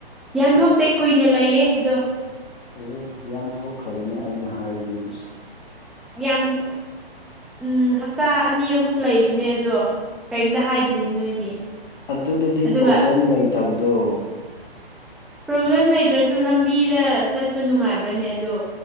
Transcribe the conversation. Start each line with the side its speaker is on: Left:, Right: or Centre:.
Centre: ꯌꯥꯟꯊꯣꯛꯇꯦ ꯀꯨꯏꯅ ꯂꯩꯌꯦ ꯑꯗꯣ
Left: ꯑꯦ ꯌꯥꯟ ꯊꯣꯛꯈ꯭ꯔꯕꯅꯦ ꯑꯩꯅ ꯍꯥꯏꯕꯗꯒꯤ
Centre: ꯌꯥꯝꯞ ꯎꯝ ꯍꯞꯇꯥ ꯑꯅꯤ ꯑꯍꯨꯝ ꯂꯩꯕꯅꯦ ꯑꯗꯣ ꯀꯔꯤꯝꯇ ꯍꯥꯏꯗꯤꯅꯦ ꯅꯣꯏꯗꯤ
Left: ꯑꯗꯨꯗꯗꯤ
Centre: ꯑꯗꯨꯒ
Left: ꯄ꯭ꯔꯣꯕ꯭ꯂꯦꯝ ꯂꯩꯇꯕꯗꯣ
Centre: ꯄ꯭ꯔꯣꯕ꯭ꯂꯦꯝ ꯂꯩꯇ꯭ꯔꯁꯨ ꯂꯝꯕꯤꯗ ꯆꯠꯄ ꯅꯨꯡꯉꯥꯏꯕ꯭ꯔꯅꯦ ꯑꯗꯣ